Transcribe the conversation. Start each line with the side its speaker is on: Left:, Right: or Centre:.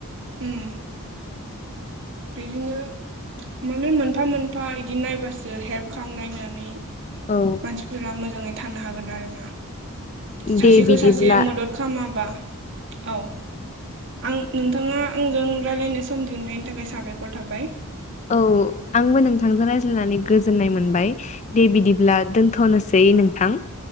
Right: ओम बिदिनो माने मोनफा मोनफा बिदि नायबासो हेल्प खालामलायनानै
Left: औ
Right: मानसिफोरा मोजाङै थानो हागोन आरो ना सासेखौ
Left: दे बिदिब्ला
Right: सासे मदद खालामाबा औ आं नोंथाङा आंजों रायज्लायनो सम दिहुननायनि थाखाय साबायखर थाबाय
Left: औ आंबो नोंथांजों रायज्लायनानै गोजोननाय मोनबाय दे बिदिब्ला दोनथ'नो सै नोंथां